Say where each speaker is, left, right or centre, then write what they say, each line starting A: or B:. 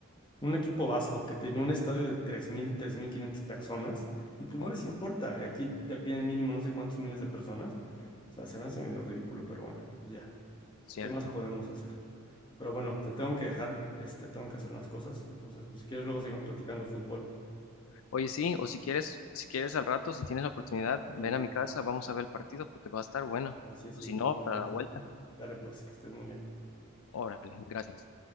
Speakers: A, on the left (about 20°); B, on the left (about 70°).
A: Un equipo vasco que tenía un estadio de tres tres mil tres mil quinientas personas, y pues
B: oh,
A: no les
B: wow,
A: importa. Aquí te piden mínimo no sé cuántos miles de personas. O sea, se me hace medio ridículo, pero bueno, pues ya.
B: cierto.
A: ¿Qué más podemos hacer? Pero bueno, te tengo que dejar, este, tengo que hacer unas cosas. Entonces, pues si quieres, luego seguimos platicando de fútbol.
B: Oye, sí, o si quieres, si quieres al rato, si tienes la oportunidad, ven
A: Vale.
B: a mi casa, vamos a ver el partido porque va a estar bueno.
A: Ah, sí, sí,
B: O si no,
A: seguramente
B: para la vuelta.
A: sí. Dale, pues, que estés muy bien.
B: Órale, gracias.